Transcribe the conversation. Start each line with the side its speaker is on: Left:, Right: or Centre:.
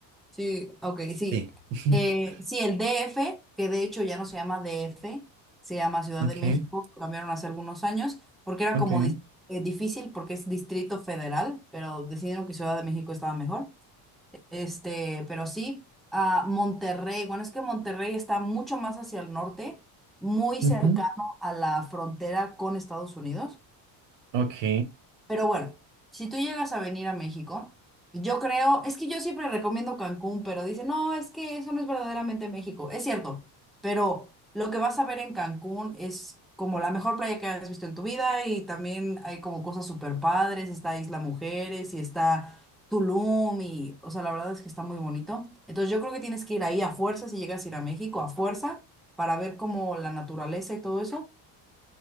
Centre: sí, ok, sí.
Right: Sí. <laughs>
Centre: Eh, sí, el DF, que de hecho ya no se llama DF, se llama Ciudad
Right: Ok,
Centre: de México, lo cambiaron hace algunos años, porque era
Right: ok.
Centre: como dis- eh, difícil porque es Distrito Federal, pero decidieron que Ciudad de México estaba mejor. Este, pero sí, a Monterrey, bueno, es que Monterrey está mucho más hacia el norte, muy
Right: ujú,
Centre: cercano a la frontera con Estados Unidos
Right: Ok.
Centre: Pero bueno, si tú llegas a venir a México, yo creo, es que yo siempre recomiendo Cancún, pero dicen, no, es que eso no es verdaderamente México. Es cierto, pero lo que vas a ver en Cancún es como la mejor playa que has visto en tu vida y también hay como cosas súper padres, está Isla Mujeres y está Tulum y, o sea, la verdad es que está muy bonito. Entonces yo creo que tienes que ir ahí a fuerza, si llegas a ir a México, a fuerza, para ver como la naturaleza y todo eso.